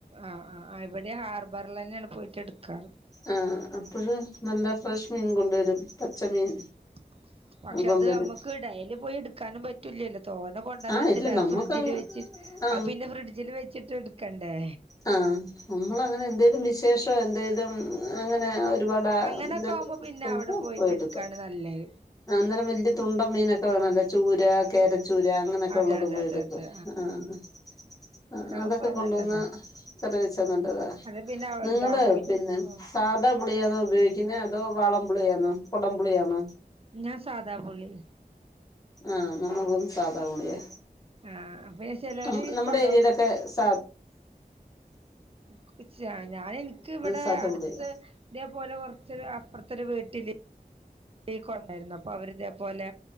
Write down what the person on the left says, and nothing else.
ആഹ് അപ്പഴ് നല്ല ഫ്രഷ് മീൻ കൊണ്ടുവരും. പച്ചമീൻ
കൊണ്ടുവരും
ആ
ഇല്ല
നമ്മുക്ക്
ആ
ആഹ് നമ്മൾ അങ്ങനെ എന്തേലും വിശേഷോ എന്തേലും അങ്ങനെ ഒരുപാട്ന്തത്ത്
നമ്മളട്പ്പോയെടുക്കു
ആനേരം വലിയ തുണ്ടം മീനൊക്കെ വേണല്ലോ ചൂര കേരച്ചൂര് ര അങ്ങനെയൊക്കെ
ഉള്ളത്
പോയി
എടുക്കാ
ആഹ് ആഹ് ആഹ്
അതൊക്കെ കൊണ്ടുവന്നാ
കറി വെച്ചാ നല്ലതാ
നിങ്ങള്
പിന്നെ
തെ പുളിയാതോ ഉപയോഗിക്കുന്നെ അതോ വാളംപുളിയാന്നോ കുടംപുളിയാന്നോ
ആഹ് നമ്മളും സാധാ പുള്യാ
അം നമ്മുടെ
ഏരിയയിലൊക്കെ സ
സാധാ
പുളിയാ